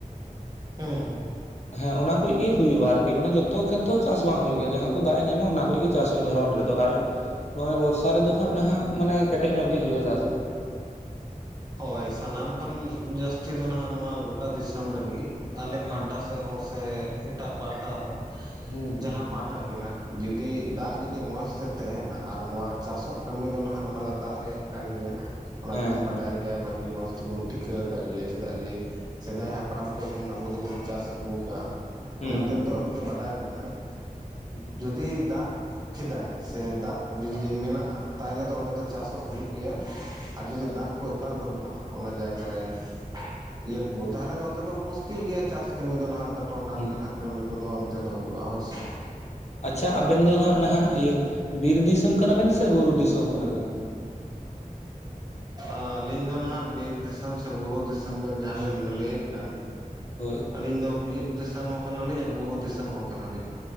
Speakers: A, on the right (about 25°); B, on the left (about 50°).
A: ᱦᱩᱸ ᱦᱩᱸ
B: ᱦᱮᱸ ᱚᱱᱟ ᱠᱷᱚᱡ ᱜᱤ ᱦᱩᱭᱩᱜᱼᱟ ᱟᱨᱠᱤ ᱢᱟᱱᱮ ᱡᱚᱛᱚ ᱠᱷᱮᱛ ᱫᱚ ᱪᱟᱥ ᱵᱟᱝ ᱦᱩᱭᱩᱜ ᱜᱮᱭᱟ ᱡᱟᱦᱟᱸ ᱠᱚ ᱫᱟᱜ ᱮ ᱧᱟᱢᱟ ᱚᱱᱟ ᱠᱷᱚᱡ ᱜᱤ ᱪᱟᱥ ᱨᱮ ᱫᱷᱚᱨᱚᱱ ᱨᱮᱫᱚ ᱟᱨ ᱱᱚᱜᱼᱚᱭ ᱵᱚᱨᱥᱟ ᱨᱮᱫᱚ ᱦᱟᱸᱜ ᱱᱟᱦᱟᱜ ᱢᱟᱱᱮ ᱠᱮᱴᱮᱡ ᱧᱚᱜ ᱜᱮ ᱦᱳᱭᱳᱼᱟ ᱪᱟᱥ ᱫᱚ ᱾
A: ᱦᱳᱭ ᱥᱟᱱᱟᱢ ᱠᱷᱚᱱ ᱡᱟᱹᱥᱛᱤ ᱫᱚ ᱱᱟᱦᱟᱜ ᱱᱚᱣᱟ ᱜᱚᱴᱟ ᱫᱤᱥᱚᱢ ᱨᱮᱜᱤ ᱟᱞᱮ
B: ᱦᱮᱸ
A: ᱯᱟᱦᱴᱟ ᱥᱮ ᱛᱮ ᱦᱚᱸ ᱥᱮ ᱮᱴᱟᱜ ᱯᱟᱦᱴᱟ ᱦᱚᱸ
B: ᱦᱩᱸ ᱦᱩᱸ
A: ᱡᱟᱦᱟᱸ ᱯᱟᱦᱴᱟ ᱜᱮ ᱱᱟᱦᱟᱜ ᱡᱩᱫᱤ ᱫᱟᱜ ᱡᱩᱫᱤ ᱢᱚᱸᱥ ᱛᱮ ᱛᱟᱦᱮᱱᱟ ᱟᱨ ᱱᱚᱣᱟ ᱪᱟᱥᱚᱜ ᱠᱟᱹᱢᱤ ᱫᱚ ᱱᱟᱦᱟᱜ ᱚᱱᱟ ᱫᱚ ᱫᱟᱜ ᱨᱮᱭᱟᱜ ᱠᱟᱱ ᱜᱮᱭᱟ ᱚᱱᱟ
B: ᱦᱮᱸ
A: ᱫᱚᱵᱚᱱ ᱵᱟᱰ ᱵᱷᱟᱹᱜᱤ ᱢᱚᱸᱡᱽ ᱛᱮᱵᱚᱱ ᱴᱷᱤᱠᱟᱹ ᱟᱠᱟᱜ ᱜᱮᱭᱟ ᱪᱮᱫᱟᱜ ᱡᱮ ᱥᱮᱫᱟᱭ ᱦᱟᱯᱲᱟᱢ ᱠᱷᱚᱡ ᱵᱩᱱ ᱟᱵᱩ ᱫᱩᱵᱩᱱ ᱪᱟᱥ ᱟᱹᱜᱩᱣ ᱠᱟᱜᱼᱟ᱾
B: ᱦᱩᱸ
A: ᱚᱱᱟᱛᱮ
B: ᱦᱩᱸ
A: ᱱᱤᱛᱚᱜ ᱦᱟᱹᱵᱤᱡ ᱵᱟᱰᱟᱭ ᱢᱮᱱᱟᱜᱼᱟ᱾
B: ᱦᱩᱸ᱾
A: ᱡᱩᱫᱤ ᱫᱟᱜ ᱠᱮᱫᱟᱭ ᱥᱮ ᱫᱟᱜ ᱡᱩᱫᱤ ᱜᱮ ᱢᱮᱱᱟᱜᱼᱟ ᱛᱟᱭᱞᱮ ᱫᱚ ᱚᱸᱰᱮ ᱫᱚ ᱪᱟᱥᱚᱜ ᱦᱩᱭᱩᱜ ᱜᱮᱭᱟ᱾ ᱟᱨ ᱡᱩᱫᱤ
B: ᱦᱮᱸ
A: ᱫᱟᱜ ᱠᱚ ᱮᱠᱟᱞ ᱵᱟᱹᱱᱩᱜᱼᱟ ᱚᱱᱟ ᱡᱟᱭᱜᱟ ᱨᱮ ᱤᱭᱟᱹ ᱠᱳ ᱛᱟᱦᱟᱞᱮ ᱫᱚ ᱚᱱᱛᱮ ᱫᱚ ᱢᱩᱥᱠᱤᱞ ᱜᱮᱭᱟ ᱪᱟᱥ ᱠᱟᱹᱢᱤ ᱫᱚ ᱱᱟᱦᱟᱜ ᱫᱟ ᱴᱚᱸᱰᱟᱝ
B: ᱦᱩᱸ
A: ᱜᱮ ᱱᱟᱦᱟᱜ ᱠᱟᱹᱢᱤ ᱠᱚᱫᱚ ᱚᱱᱛᱮ ᱫᱚ ᱦᱩᱭᱩᱜᱼᱟ ᱦᱳᱭ ᱥᱮ᱾
B: ᱟᱪᱪᱷᱟ ᱟᱵᱮᱱ ᱫᱚ ᱦᱟᱸᱜ ᱱᱟᱦᱟᱜ ᱤᱭᱟᱹ, ᱵᱤᱨ ᱫᱤᱥᱚᱢ ᱠᱟᱱᱟ ᱵᱮᱱ ᱥᱮ, ᱵᱩᱨᱩ ᱫᱤᱥᱚᱢ ᱠᱟᱱᱟ ᱵᱮᱱ?
A: ᱟᱹᱞᱤᱧ ᱫᱚ ᱱᱟᱦᱟᱜ ᱵᱤᱨ ᱫᱤᱥᱚᱢ ᱥᱮ ᱵᱩᱨᱩ ᱫᱤᱥᱚᱢ ᱵᱮᱱ ᱡᱟᱦᱟᱸ ᱵᱮᱱ ᱞᱟᱹᱭᱮᱜ ᱠᱟᱱ᱾
B: ᱦᱳᱭ᱾
A: ᱟᱹᱞᱤᱧ ᱫᱚ ᱵᱤᱨ ᱫᱤᱥᱚᱢ ᱦᱚᱸ ᱠᱟᱱᱟᱞᱤᱧ ᱟᱨ ᱵᱩᱨᱩ ᱫᱤᱥᱚᱢ ᱦᱚᱸ ᱠᱟᱱᱟᱞᱤᱧ